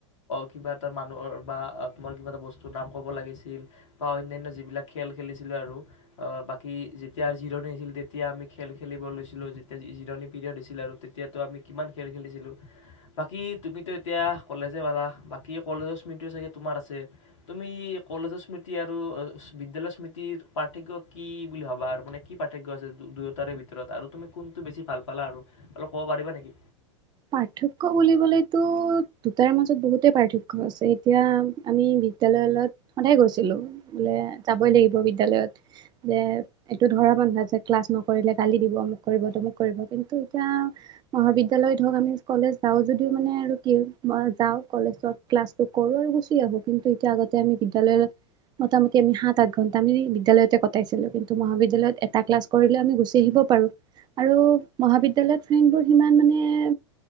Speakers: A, on the left (about 75°); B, on the right (about 25°).
A: কিবা এটা মানুহৰ বা তোমাৰ কিবা এটা বস্তুৰ নাম ক'ব লাগিছিল বা অন্যান্য যিবিলাক খেল খেলিছিলোঁ আৰু বাকী যেতিয়া জিৰণি আছিল তেতিয়া আমি খেল খেলিব লৈছিলোঁ যেতিয়া জিৰণি পিৰিয়ড হৈছিল আৰু তেতিয়াতো আমি কিমান খেল খেলিছিলোঁ বাকী তুমিতো এতিয়া কলেজে পালা বাকী কলেজৰ স্মৃতিও চাগে তোমাৰ আছে তুমি কলেজৰ স্মৃতি আৰু বিদ্যালয় স্মৃতিৰ পাৰ্থক্য কি বুলি ভাবা আৰু মানে কি পাৰ্থক্য আছে দু দুয়োটাৰে ভিতৰত আৰু তুমি কোনটো বেছি ভাল পালা আৰু অলপ ক'ব পাৰিবা নেকি?
B: পাৰ্থক্য় বুলিবলেতো দুটাৰ মাজত বহুতে পাৰ্থক্য় আছে এতিয়া আমি বিদ্য়ালয়ত সদায় গৈছিলো বোলে যাবই লাগিব বিদ্য়ালয়ত যে এইটো ধৰা বন্ধা যে ক্লাছ নকৰিলে গালি দিব মোক কৰিব তমোক কৰিব কিন্তু এতিয়া মহাবিদ্যালয়ত ধৰক আমি কলেজ যাওঁ যদিও মানে আৰু কি যাওঁ কলেজত ক্লাছটো কৰোঁ আৰু গুচি আহো কিন্তু এতিয়া আগতে আমি বিদ্যালয়তে মোটামুটিমি সাত আঠ ঘন্টা আমি বিদ্যালয়তে কটাইছিলো কিন্তু মহাবিদ্যালয়ত এটা ক্লাছ কৰিলে আমি গুচি আহিব পাৰো আৰু মহাবিদ্যালয়ত ফ্ৰেণ্ডবোৰ সিমান মানে এ